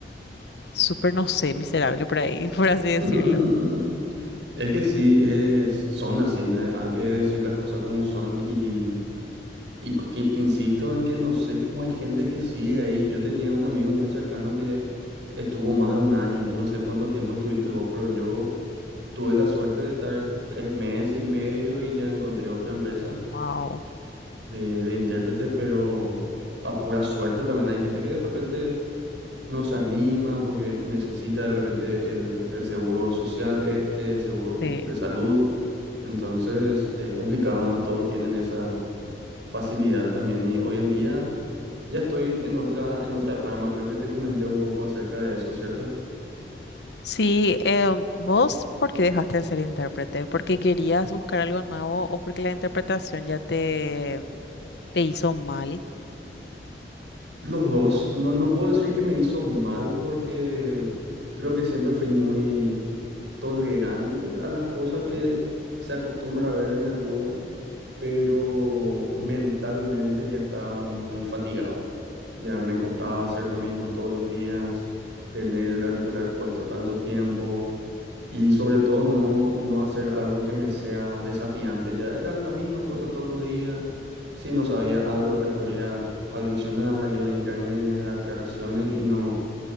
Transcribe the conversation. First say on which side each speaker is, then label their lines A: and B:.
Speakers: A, on the left; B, on the right.
A: súper, no sé, miserable por ahí, <laughs> por así decirlo.
B: <laughs> Es que sí, es, son así, ne- hay que decir las cosas como son y, y, co- y insisto en que no sé cómo hay gente que sigue ahí. Yo tenía un amigo muy cercano que estuvo más de un año, yo no sé cuánto tiempo estuviste vos, pero yo... Tuve la suerte de estar tres meses y medio y ya encontré otra empresa
A: Wow,
B: de, de intérprete, pero a pura suerte también hay gente que de repente no se anima porque necesita de repente el, el seguro social este, seguro
A: sí
B: de salud. Entonces es complicado, ¿no? Todos tienen esa facilidad también y hoy en día ya estoy en otra, en otra rama. Creo que te comenté un poco acerca de eso, ¿cierto?
A: Sí, eh, vos, ¿por qué dejaste de ser intérprete? ¿Porque querías buscar algo nuevo o porque la interpretación ya te, te hizo mal?
B: Los dos, no, no puedo decir que me hizo mal porque creo que siempre fui muy tolerante a las cosas que es- se acostumbra a ver en el rubro, pero mentalmente ya estaba muy fatigado. Ya me costaba hacer lo mismo todos los días, tener el auricular puesto tanto tiempo. Y sobre todo no, no hacer algo que me sea desafiante. Ya era la misma cosa todos los días. Si no sabía algo, recurría al diccionario, a internet, a aclaraciones y no,